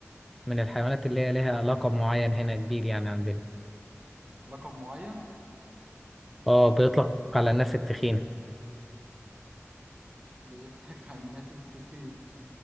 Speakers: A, in the centre; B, on the right (about 20°).
A: من الحيوانات اللي هي ليها لقب معين هنا كبير يعني عندنا
B: لقب معين
A: اه بيطلق على الناس التخينه
B: بيطلق على الناس التخينة